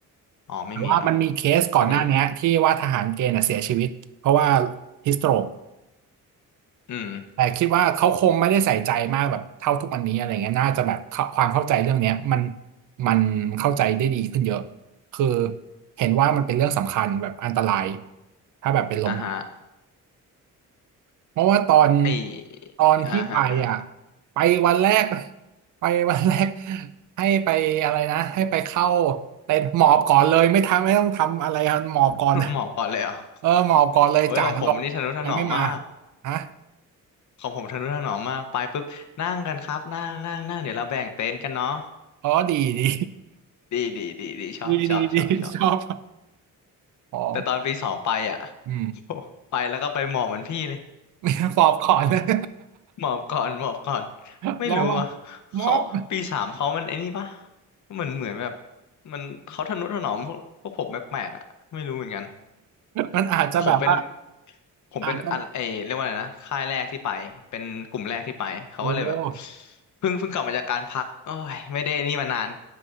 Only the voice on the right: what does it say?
แต่ว่ามันมีเคสก่อนหน้าเนี้ยที่ว่าทหารเกณฑ์น่ะเสียชีวิตเพราะว่า
ฮิสโตรก
แต่คิดว่าเขาคงไม่ได้ใส่ใจมากแบบเท่าทุกวันนี้อะไรเงี้ยน่าจะแบบเข้าความเข้าใจเรื่องเนี้ยมันมันเข้าใจได้ดีขึ้นเยอะคือเห็นว่ามันเป็นเรื่องสำคัญแบบอันตรายถ้าแบบเป็นลม
เพราะว่าตอน
ตอนพี่ไปอ่ะไปวันแรกไปวันแรกให้ไปอะไรนะให้ไปเข้าเต็นท์หมอบก่อนเลยไม่ทำไม่ต้องทำอะไรอะหมอบก่อน
เออหมอบก่อนเลยจ่านรกยังไม่มา
ฮะ
อ๋อดีดี
ดีดีดีชอบ ฟอง
อืม
<laughs> ฟอบก่อนเลย
<laughs>
ลองว่า
ม็อบ
มันอาจจะแบบว่า
อาจจะโอ้